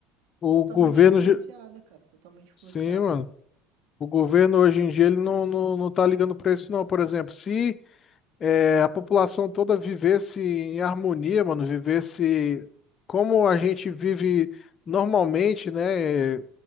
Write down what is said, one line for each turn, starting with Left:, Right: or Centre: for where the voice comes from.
Left: O
Right: Totalmente
Left: governo.
Right: influenciada,
Left: ge-
Right: cara, totalmente influenciada.
Left: Sim, mano. O governo hoje em dia ele não, não, não tá ligando pra isso, não. Por exemplo, se é, a população toda vivesse em harmonia, mano, vivesse como a gente vive normalmente, né? eh,